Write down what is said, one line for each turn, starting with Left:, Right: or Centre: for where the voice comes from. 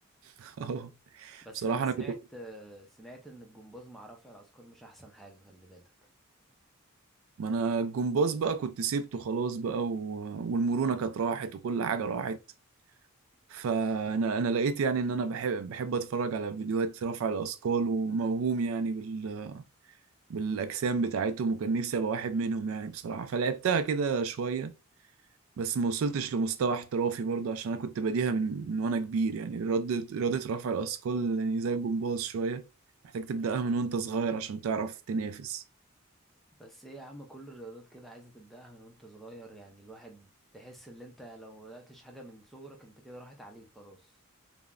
Right: <laughs>
Centre: بس
Right: بصراحة
Centre: انا سمعت
Right: انا كنت
Centre: سمعت ان الجمباز مع رفع الاثقال مش احسن حاجة خلي بالك
Right: ما انا الجمباز بقى كنت سيبته خلاص بقى و... والمرونة كانت راحت وكل حاجة راحت فانا انا لقيت يعني ان انا بحب بحب اتفرج على فيديوهات رفع الاثقال وموهوم يعني بال... بالاجسام بتاعتهم وكان نفسي ابقى واحد منهم يعني بصراحة فلعبتها كده شوية بس ما وصلتش لمستوى احترافي برضه عشان انا كنت بديها من, من وانا كبير يعني رياضة رياضة رفع الاثقال يعني زي الجمباز شوية محتاج تبدأها من وانت صغير عشان تعرف تنافس
Centre: بس ايه يا عم كل الرياضات كده عايزة تبدأها من وانت صغير يعني الواحد تحس ان انت لو ما بدأتش حاجة من صغرك انت كده راحت عليك خلاص